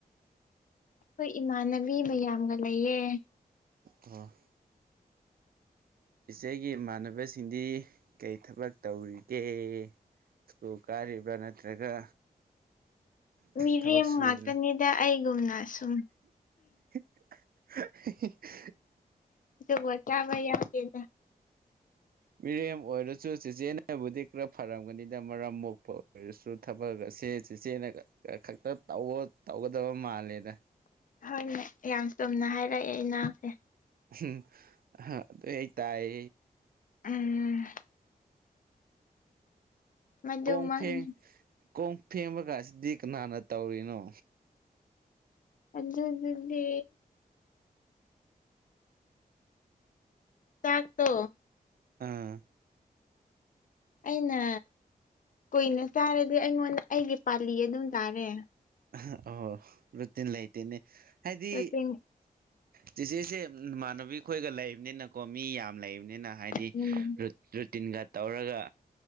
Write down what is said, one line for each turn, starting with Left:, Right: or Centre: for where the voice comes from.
Left: ꯑꯩꯈꯣꯏ ꯏꯃꯥꯟꯅꯕꯤ ꯃꯌꯥꯝꯒ ꯂꯩꯌꯦ
Right: ꯑꯣ ꯏꯆꯦꯒꯤ ꯏꯃꯥꯟꯅꯕꯁꯤꯡꯗꯤ ꯀꯔꯤ ꯊꯕꯛ ꯇꯧꯔꯤꯒꯦ ꯨ ꯁꯀꯨꯜ ꯀꯔꯤꯕꯔꯥ ꯅꯠꯇ꯭ꯔꯒ
Left: ꯃꯤꯔꯦꯝ
Right: ꯊꯕꯛ ꯁꯨꯔꯤꯅꯣ
Left: ꯉꯥꯛꯇꯅꯤꯗ ꯑꯩꯒꯨꯝꯅ ꯁꯨꯝ
Right: <unintelligible>
Left: ꯖꯨꯒꯣꯠ ꯆꯥꯕ ꯌꯧ ꯗꯦꯗ
Right: ꯃꯤꯔꯦꯝ ꯑꯣꯏꯔꯁꯨ ꯆꯦꯆꯦꯅꯕꯨꯗꯤ ꯈꯔ ꯐꯔꯝꯒꯅꯤꯗ ꯃꯔꯝ ꯃꯣꯛꯄ ꯑꯣꯏꯔꯁꯨ ꯊꯕꯛꯑꯁꯦ ꯆꯦꯆꯦꯅ ꯈꯛꯇ ꯇ ꯇꯧꯒꯗꯕ ꯃꯥꯜꯂꯦꯗ
Left: ꯍꯣꯏꯅꯦ ꯌꯥꯝ ꯆꯨꯝꯅ ꯍꯥꯏꯔꯛꯑꯦ ꯏ ꯅꯥꯎꯁꯦ
Right: <unintelligible> ꯎꯝ ꯍ <unintelligible> ꯇꯥꯏ
Left: ꯎꯝ ꯃꯗꯨꯃꯛꯅꯤ
Right: ꯀꯣꯡ ꯐꯦꯡ ꯀꯣꯡ ꯐꯦꯡꯕꯒꯁꯤꯗꯤ ꯀꯅꯥꯅ ꯇꯧꯔꯤꯅꯣ
Left: ꯑꯗꯨ ꯑꯗꯨꯗꯤ ꯆꯥꯛꯇꯣ
Right: ꯑꯥ
Left: ꯑꯩꯅ ꯀꯨꯏꯅ ꯆꯥꯔꯗꯤ ꯑꯩꯉꯣꯟꯗ ꯑꯩꯒꯤ ꯄꯥꯜꯂꯤ ꯑꯗꯨꯝ ꯇꯥꯔꯦ
Right: ꯑꯍ ꯑꯣ ꯔꯨꯇꯤꯟ ꯂꯩꯇꯦꯅꯦ ꯍꯥꯏꯗꯤ
Left: ꯔꯨꯇꯤꯟ
Right: ꯆꯦꯆꯦꯁꯦ ꯏꯃꯥꯟꯅꯕꯤꯈꯣꯏꯒ ꯂꯩꯕꯅꯤꯅꯀꯣ ꯃꯤ ꯌꯥꯝ ꯂꯩꯕꯅꯤꯅ ꯍꯥꯏ ꯏ
Left: ꯎꯝ
Right: ꯔꯨꯠ ꯔꯨꯠꯇꯤꯟꯒ ꯇꯧꯔꯒ